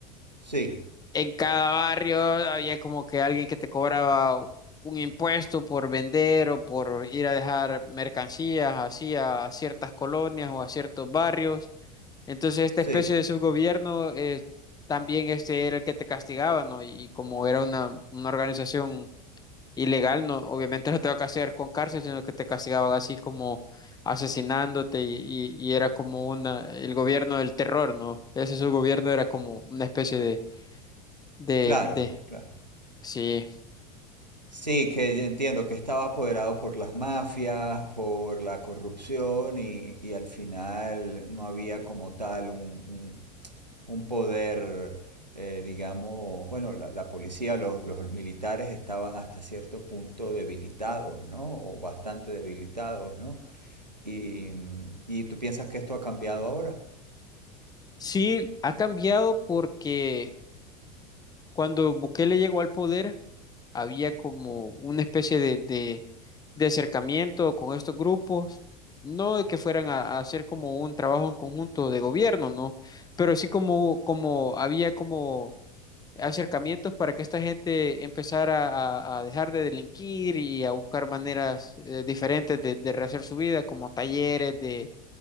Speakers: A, on the right; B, on the left.
A: sí.
B: Eh, En cada barrio había como que alguien que te cobraba un impuesto por vender o por ir a dejar mercancías así a ciertas colonias o a ciertos barrios. Entonces, esta
A: Sí,
B: especie de subgobierno eh, también este era el que te castigaba, ¿no? Y, y como era una, una organización ilegal, no, obviamente no te va a castigar con cárcel, sino que te castigaban así como asesinándote y, y- y era como una, el gobierno del terror, ¿no? Ese su gobierno era como una especie de, de,
A: claro,
B: de,
A: claro.
B: sí,
A: Sí, que entiendo que estaba apoderado por las mafias, por la corrupción y, y al final no había como tal un, un- un poder, eh, digamos, bueno, la, la policía, los, los militares estaban hasta cierto punto debilitados, ¿no? O bastante debilitados, ¿no? Y, y tú piensas que esto ha cambiado ahora.
B: sí, ha cambiado porque cuando Bukele llegó al poder había como una especie de, de, de acercamiento con estos grupos. No de que fueran a, a hacer como un trabajo en conjunto de gobierno, ¿no? Pero sí como, como había como acercamientos para que esta gente empezara a, a dejar de delinquir y a buscar maneras eh, diferentes de, de rehacer su vida, como talleres de